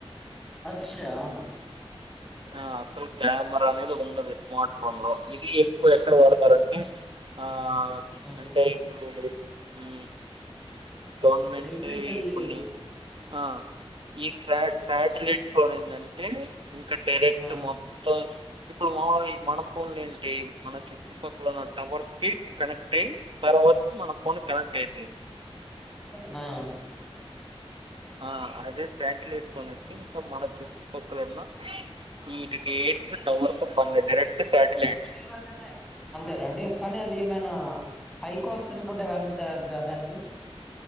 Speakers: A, in the centre; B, on the right.
A: అచ్చా అవునా.
B: ఆ అసలు కెమెరా అనేది ఉండదు ఈ స్మార్ట్ ఫోన్లో, ఇది ఎక్కువ ఎక్కడ వాడతారంటే ఆ
A: ఉ
B: అంటే ఇప్పుడు ఉ గవర్నమెంట్స్వి
A: మిలిటరీకెళ్ళి
B: కొన్ని ఆ ఈ సాట్ సాటిలైట్ ఫోన్ ఏందంటే ఇంకా డైరెక్ట్
A: ఆ
B: మొత్తం ఇప్పుడు మామూలుగా ఈ మన ఫోన్లు ఏంటి మన చుట్టుప క్కలున టవర్స్‌కి కనెక్ట్ అయి తర్వాత మన ఫోన్‌కి కనెక్ట్ అయితయి.
A: ఆ
B: ఆ అదే శాటిలైట్ ఫోన్ అయితే ఇంకా మన చుట్టుపక్కల ఉన్న ఈటికి ఏటికి టవర్‌తో పనిలే డైరెక్ట్ శాటిలైట్స్
A: ఇవి వద్దన్లే. అంతేనా అండి కానీ అది ఏమైనా హైకాస్ట్ అనుకుంటా కదండి ద ద దానికి.